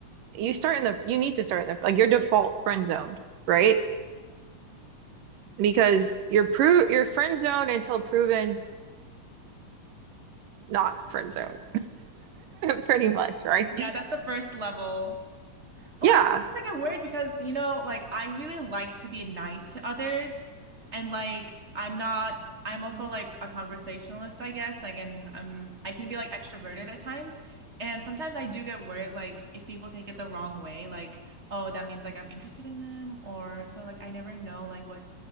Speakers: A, on the right; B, on the right.
A: you start in the you need to start in the like your default friend zoned, right? Because you're pro you're friend zoned until proven not friend zoned. <laughs> Pretty much, right?
B: Yeah, that's the first level. But
A: Yeah.
B: like sometimes I get worried because, you know, like I really like to be nice to others and like I'm not I'm
A: Mhm.
B: also like a conversationalist, I guess. Like and I'm I can be like extroverted at times. And sometimes I do get worried like if people take it the wrong way, like, oh, that means like I'm interested in them or so like I never know like what